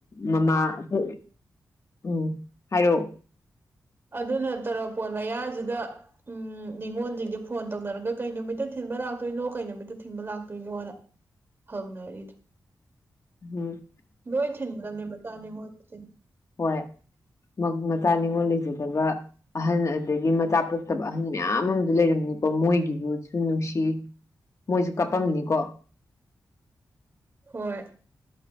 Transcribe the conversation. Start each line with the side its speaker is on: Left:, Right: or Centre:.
Left: ꯃꯃꯥ ꯑꯩꯈꯣꯏ ꯎꯝ ꯍꯥꯏꯔꯛꯑꯣ
Right: ꯑꯗꯨꯅ ꯇ꯭ꯔꯄꯣꯟ ꯃꯌꯥꯖꯤꯗ ꯎꯝ ꯅꯤꯉꯣꯜꯁꯤꯡꯁꯦ ꯐꯣꯟ ꯇꯧꯅꯔꯒ ꯀꯩ ꯅꯨꯃꯤꯠꯇ ꯊꯤꯟꯕ ꯂꯥꯛꯇꯣꯏꯅꯣ ꯀꯩ ꯅꯨꯃꯤꯠꯇ ꯊꯤꯟꯕ ꯂꯥꯛꯇꯣꯏꯅꯣꯅ ꯍꯪꯅꯔꯤꯗ
Left: ꯎꯝ
Right: ꯂꯣꯏ ꯊꯤꯟꯒꯗꯝꯅꯦ ꯃꯆꯥ ꯅꯤꯉꯣꯜ ꯊꯤꯟ
Left: ꯍꯣꯏ ꯃꯆꯥ ꯅꯤꯉꯣꯜ ꯂꯩꯖꯗꯕ ꯑꯍꯟ ꯑꯗꯒꯤ ꯃꯆꯥ ꯄꯣꯛ ꯇꯕ ꯑꯍꯟ ꯃꯌꯥꯝ ꯑꯃꯁꯨ ꯂꯩꯔꯝꯅꯤꯀꯣ ꯃꯣꯏꯒꯤ ꯚꯨꯠꯁꯨ ꯅꯨꯡꯁꯤ ꯃꯣꯏꯁꯨ ꯀꯞꯄꯝꯅꯤꯀꯣ
Right: ꯍꯣꯏ